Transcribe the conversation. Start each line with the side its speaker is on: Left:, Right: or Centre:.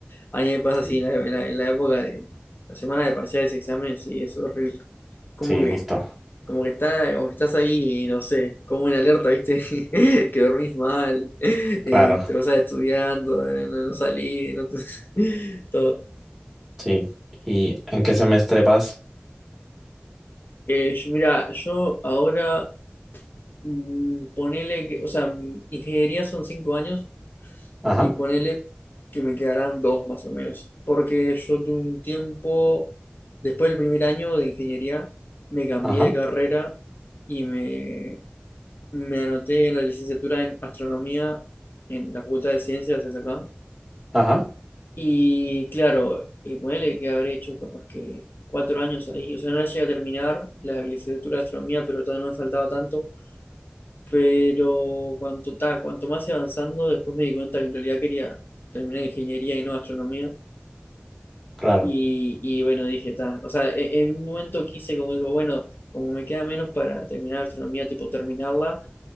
Left: A mí me pasa
Centre: Sí,
Left: así en la, en la- en la época de la semana de parciales, exámenes, sí, es horrible. Como
Centre: sí,
Left: que
Centre: justo.
Left: Como que está, como que estás ahí, no sé, como en alerta, ¿viste? <laughs> Que dormís mal, eh,
Centre: Claro,
Left: te vas a estudiando, eh, no, no salís, no te... <laughs> todo.
Centre: sí. ¿Y en qué semestre vas?
Left: Eh, yo- mira, yo ahora mm, ponele que, o sea, mm, ingeniería son cinco años
Centre: Ajá.
Left: y ponele que me quedarán dos más o menos. Porque yo tuve un tiempo, después del primer año de ingeniería, me cambié
Centre: Ajá,
Left: de carrera y me Me anoté en la licenciatura en astronomía en la Facultad de Ciencias es acá.
Centre: ajá,
Left: Y claro, y ponele que habré hecho capaz que cuatro años ahí. O sea, no la llegué a terminar la licenciatura de astronomía, pero todavía no me faltaba tanto. Pero cuanto, ta, cuanto más iba avanzando, después me di cuenta que en realidad quería terminar ingeniería y no astronomía.
Centre: claro.
Left: Y, y bueno, dije, ta. O sea, e- en un momento quise, como digo, bueno, como me queda menos para terminar astronomía, tipo terminarla